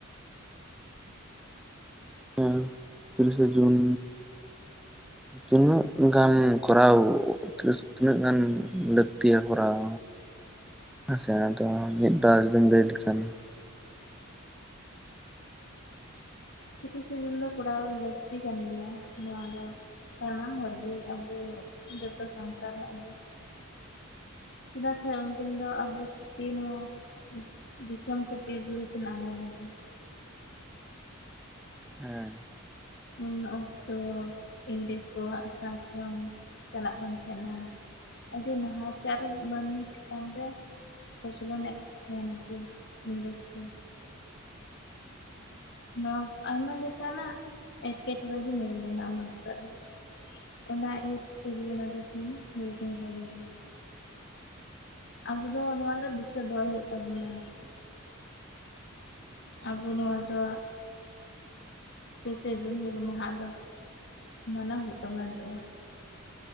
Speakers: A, in the centre; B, on the left.
A: ᱦᱮ ᱛᱤᱨᱤᱥᱮ ᱡᱩᱱ
B: <unintelligible>
A: ᱛᱤᱱᱟᱹᱜ ᱜᱟᱱ ᱠᱚᱨᱟᱣ ᱛᱤᱨᱤ ᱛᱤᱱᱟᱹᱜ ᱜᱟᱱ ᱞᱟᱹᱠᱛᱤᱭᱟ ᱠᱚᱨᱟᱣ?
B: <unintelligible>
A: ᱦᱮᱸᱥᱮ ᱟᱫᱚ ᱢᱤᱫ ᱵᱟᱨᱫᱚᱢ ᱞᱟᱹᱭ ᱞᱮᱠᱷᱟᱱ
B: ᱛᱤᱨᱤᱥᱮ ᱡᱩᱱ ᱫᱚ ᱠᱚᱨᱟᱣ ᱞᱟᱹᱠᱛᱤ ᱠᱟᱱ ᱜᱮᱭᱟ ᱱᱚᱣᱟ ᱫᱚ᱾ ᱥᱟᱱᱟᱢ ᱦᱚᱲᱜᱮ ᱟᱵᱚ ᱡᱚᱛᱚ ᱥᱟᱱᱛᱟᱲᱟᱜ ᱜᱮ ᱪᱮᱫᱟᱜ ᱥᱮ ᱩᱱᱠᱤᱱ ᱫᱚ ᱟᱵᱚ ᱠᱷᱟᱹᱛᱤᱨ ᱱᱚᱣᱟ ᱫᱤᱥᱚᱢ ᱠᱷᱟᱹᱛᱤᱨ ᱡᱤᱣᱤ ᱠᱤᱱ ᱟᱞᱟᱭ ᱞᱮᱫᱟ᱾
A: ᱦᱮᱸ
B: ᱩᱱ ᱚᱠᱛᱚ ᱤᱝᱨᱮᱡᱽ ᱠᱚᱣᱟᱜ ᱥᱟᱥᱚᱱ ᱪᱟᱞᱟᱜ ᱠᱟᱱ ᱛᱟᱦᱮᱱᱟ᱾ ᱟᱹᱰᱤ ᱱᱟᱦᱟᱪᱟᱨ ᱢᱟᱹᱱᱢᱤ ᱪᱮᱛᱟᱱ ᱨᱮ ᱠᱚᱪᱞᱚᱱᱮᱜ ᱛᱟᱦᱮᱱᱟ ᱠᱚ ᱤᱝᱨᱮᱡ ᱠᱚ ᱱᱚᱣᱟ ᱟᱭᱢᱟ ᱞᱮᱠᱟᱱᱟᱜ ᱮᱴᱠᱮᱴᱚᱲᱮᱜᱮ ᱧᱮᱞ ᱞᱮᱱᱟ ᱩᱱ ᱚᱠᱛᱚ ᱨᱮ᱾ ᱚᱱᱟ ᱤᱭᱟᱹᱛᱮ ᱥᱤᱫᱩ ᱠᱟᱹᱦᱱᱤ ᱛᱟᱠᱤᱱ ᱦᱩᱞᱠᱤᱱ ᱦᱚᱦᱟ ᱞᱮᱫᱟ᱾ ᱟᱵᱚ ᱫᱚ ᱱᱚᱣᱟ ᱫᱚ ᱫᱤᱥᱟᱹ ᱫᱚᱦᱚᱭ ᱦᱩᱭᱩᱜ ᱛᱟᱵᱚᱱᱟ᱾ ᱟᱵᱚ ᱱᱚᱣᱟ ᱫᱚ ᱛᱤᱨᱤᱥᱮ ᱡᱩᱱ ᱦᱤᱞᱢᱟᱦᱟ ᱫᱚ ᱢᱟᱱᱟᱣ ᱦᱩᱭᱩᱜ ᱛᱟᱢᱚᱱᱟ ᱱᱤᱛᱚᱜ ᱫᱚ᱾